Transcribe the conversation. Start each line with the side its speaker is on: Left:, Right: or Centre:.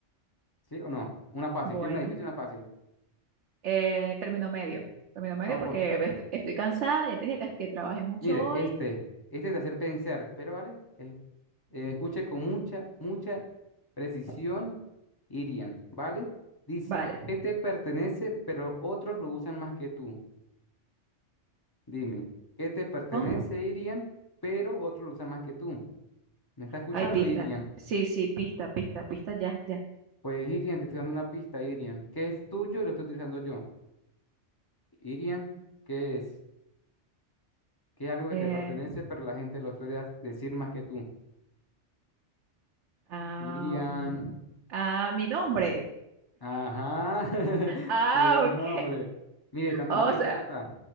Left: ¿Sí o no? Una fácil,
Right: bueno.
Left: ¿quieres una difícil o una fácil?
Right: eh, término medio. Término medio
Left: Vamos
Right: porque
Left: a pon-
Right: estu- estoy, cansada, ya te dije que, que trabajé mucho
Left: Mire,
Right: hoy.
Left: este, este es de hacer pensar, espero, ¿vale? Eh, eh, escuche con mucha, mucha precisión, Irian, ¿vale? Dice,
Right: Vale.
Left: ¿qué te pertenece, pero otros lo usan más que tú? Dime, ¿qué te pertenece,
Right: ¿Con?
Left: Irian, pero otros lo usan más que tú? ¿Me está escuchando,
Right: Hay pista.
Left: Irian?
Right: Sí, sí, pista, pista, pista, ya, ya.
Left: Pues, Irian, te estoy dando una pista, Irian. ¿Qué es tuyo y lo estoy utilizando yo? Irian, ¿qué es? ¿Qué es algo
Right: Eh,
Left: que te pertenece, pero la gente lo suele a- decir más que tú?
Right: am,
Left: Irian,
Right: ah, mi nombre.
Left: ajá, <laughs>
Right: Ah,
Left: tu nombre.
Right: ok.
Left: Mire, te ando
Right: O
Left: una pistota.
Right: sea,